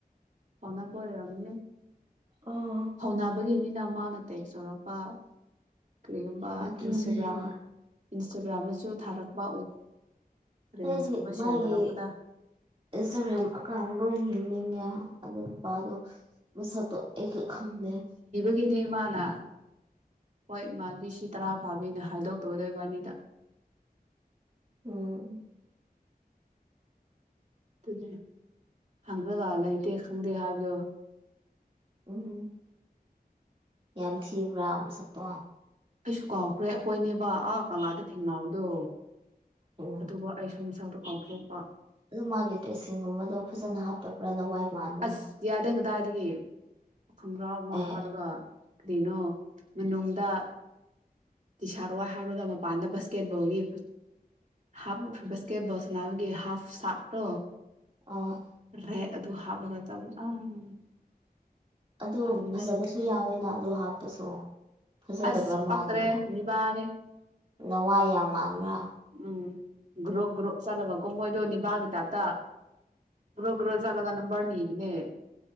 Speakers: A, on the right; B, on the right.
A: ꯐꯥꯎꯅꯕ ꯑꯣꯏꯔꯝꯅꯦ
B: ꯑꯣ
A: ꯐꯥꯎꯅꯕꯒꯤꯅꯤꯅ ꯃꯥ ꯅ ꯇꯦ ꯑꯆꯣꯅꯄꯥ ꯀꯔꯤꯒꯨꯝꯕ
B: ꯑꯗꯨꯅꯦ
A: ꯏꯟꯁꯇꯥꯒ꯭ꯔꯥꯝ
B: ꯍꯣꯏ
A: ꯏꯟꯁꯇꯥꯒ꯭ꯔꯥꯝꯗꯁꯨ ꯊꯥꯔꯛꯄ ꯔꯤꯜꯁꯀꯨꯝꯕ
B: ꯑꯩ ꯃꯥꯒꯤ
A: ꯁꯤꯌꯔ ꯇꯧꯔꯛꯄꯗ
B: ꯏꯟꯁꯇꯒ꯭ꯔꯥꯝ ꯑꯦꯀꯥꯎꯟꯗꯣ ꯌꯦꯡꯅꯤꯡꯉꯦ ꯑꯗꯨꯅꯨꯄꯥꯗꯣ ꯃꯁꯛꯇꯣ ꯑꯩ ꯈꯪꯗꯦ
A: ꯒꯤꯗꯤ ꯃꯥꯅ ꯍꯣꯏ ꯃꯥꯒꯤ ꯁꯤ ꯇꯔꯥ ꯐꯥꯕꯤꯅ ꯍꯥꯏꯗꯣꯛꯇꯕꯗꯣ ꯏꯕꯥꯅꯤꯗ
B: ꯎꯝ
A: ꯑꯗꯨ ꯍꯪꯕꯒ ꯂꯩꯇꯦ ꯈꯪꯗꯦ ꯍꯥꯏꯕꯗꯣ
B: ꯎꯝ ꯌꯥꯝ ꯊꯤꯕ꯭ꯔꯥ ꯃꯁꯛꯇꯣ
A: ꯑꯩꯁꯨ ꯀꯥꯎꯈ꯭ꯔꯦ ꯑꯩꯈꯣꯏꯅꯦꯕ ꯑꯥ ꯀꯪꯂꯥꯗ ꯊꯦꯡꯅꯕꯗꯣ
B: ꯎꯝ
A: ꯑꯗꯨꯒ ꯑꯩꯁꯨ ꯃꯁꯛꯇꯣ ꯀꯥꯎꯊꯣꯛꯄ
B: ꯑꯗꯨ ꯃꯥꯒꯤ ꯗ꯭ꯔꯦꯁꯁꯤꯡꯒꯨꯝꯕꯗꯣ ꯐꯖꯅ ꯍꯥꯞꯇꯕ꯭ꯔꯥ ꯂꯋꯥꯏ ꯃꯥꯟꯕ꯭ꯔꯥ
A: ꯑꯁ ꯌꯥꯗꯦ ꯀꯗꯥꯏꯗꯒꯤ ꯈꯪꯒ꯭ꯔꯥꯥꯎ ꯑꯃ
B: ꯑꯦ
A: ꯍꯥꯞ ꯔꯒ ꯀꯩꯅꯣ ꯃꯅꯨꯡꯗ ꯇꯤꯁꯥꯔꯠ ꯋꯥꯏꯠ ꯍꯥꯞꯔꯒ ꯃꯄꯥꯟꯗ ꯕꯁꯀꯦꯠꯕꯣꯜꯒꯤ ꯍꯥꯐ
B: ꯎꯝ
A: ꯕꯤꯁꯀꯦꯠꯕꯣꯜꯁꯅꯥꯕꯒꯤ ꯍꯥꯞ ꯁꯥꯔꯠꯇꯣ
B: ꯑ
A: ꯔꯦꯠ ꯑꯗꯨ ꯍꯥꯞꯄꯒ <inaudible>
B: ꯑꯗꯣ
A: ꯇꯜꯂꯦ
B: ꯐꯖꯕꯁꯨ ꯌꯥꯎꯋꯦꯅ ꯑꯗꯣ ꯍꯥꯞꯄꯁꯨ ꯐꯖꯗꯕ꯭ꯔꯥ
A: ꯑꯁ
B: ꯃꯥꯖꯦ
A: ꯄꯛꯇ꯭ꯔꯦ ꯅꯤꯕꯥꯅꯦ
B: ꯂꯋꯥꯏ ꯌꯥꯝ ꯃꯕ꯭ꯔꯥ
A: ꯎ ꯒ꯭ꯔꯨꯞ ꯒ꯭ꯔꯨꯞ ꯆꯠꯂꯒꯀꯣ ꯃꯣꯏꯗꯣ ꯅꯤꯕꯥꯒꯤ ꯇꯥꯏꯄ ꯇ ꯒ꯭ꯔꯨꯞ ꯒ꯭ꯔꯣ ꯆꯠꯂ <inaudible>